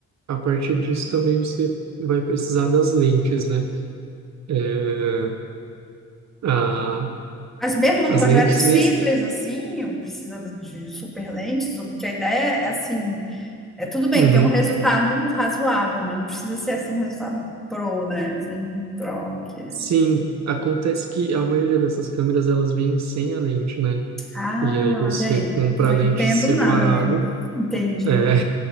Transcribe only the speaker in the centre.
Mas mesmo num
projeto
simples,
assim, eu precisa de de super lentes, ou- porque a ideia é, assim, é tudo bem
ter um resultado razoável, mas não precisa ser, assim, um resultado pro, né? Assim, pro, porque...
Ah,
olha aí,
não
entendo
nada mesmo. Entendi,